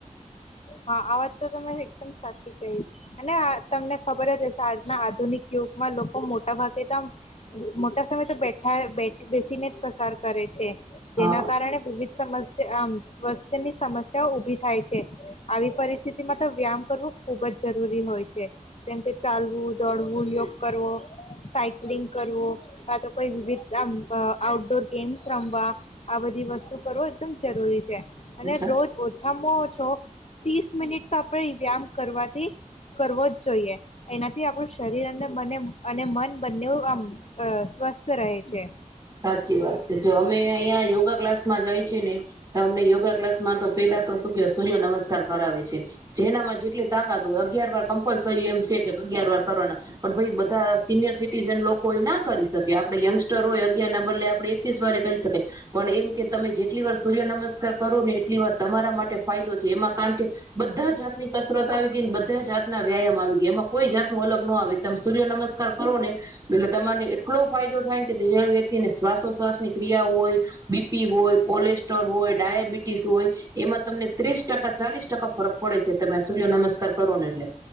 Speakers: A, on the left; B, on the right.
A: હા આ વાત તો તમે એકદમ સાચી કહી, અને તમને ખબર જ હશે આજના આધુનિક યુગમાં લોકો મોટા ભાગે તો આમ મોટા સમયે તો બેઠા બેઠ બેસીને જ પસાર કરે છે.
B: હા
A: જેના કારણે વિવિધ સમસ્યા <unintelligible> આમ સ્વસ્થ્યની સમસ્યાઓ ઊભી થાય છે. આવી પરિસ્થિતિમાં તો વ્યાયામ કરવો ખૂબ જ જરૂરી હોય છે. જેમ કે ચાલવું, દોડવું. <unintelligible> કરવો સાયકલિંગ કરવો કા તો કોઈ વિવિધ આમ આઉટડોર ગેમ્સ રમવા આ બધી વસ્તુ કરવો એકદમ જરૂરી છે. અને
B: સાચી
A: રોજ ઓછામાં તો ત્રીસ મિનિટ તો આપણે વ્યામ કરવાથી કરવો જ જોઈએ એનાથી આપણું શરીર અને મને અને મન બંને આમ સ્વસ્થ રહે છે.
B: સાચી વાત છે. જો અમે અહિયાં યોગા ક્લાસ માં જાય છી ને તો અમને યોગા ક્લાસ માં તો પેલા તો શું કેય સૂર્ય નમસ્કાર કરાવે છે. જેનામાં જેટલી તાકાત હોય અગિયાર વાર કમ્પલસરી એમ છે કે અગિયાર વાર કરવાના પણ પછી બધા સિનિયર સિટીઝન લોકો ના કરી શકે. આપડે યંગસ્ટર હોય તેના બદલે આપડે એકવીસ વારે કરી શકીએ. પણ એમ કે તમે જેટલી વાર સૂર્ય નમસ્કાર કરો ને એટલી વાર તમારા માટે ફાયદો છે એમાં કારણ કે બધા જાતની કસરત આવી ગઈને બધા જાતના વ્યાયામ આવી ગયા એમાં કોઈ જાતનો અલગ ન આવે ત સૂર્ય નમસ્કાર કરો ને એટલે તમાને એટલો ફાયદો થાય <unintelligible> શ્વાસો્વાસની ક્રિયા હોય બી પી હોય કોલેસ્ટ્રોલ હોય ડાયાબિટીસ હોય એમાં તમને ત્રીસ ટકા, ચાલીસ ટકા ફરક પડે છે. તમે સૂર્ય નમસ્કાર કરો ને એટલે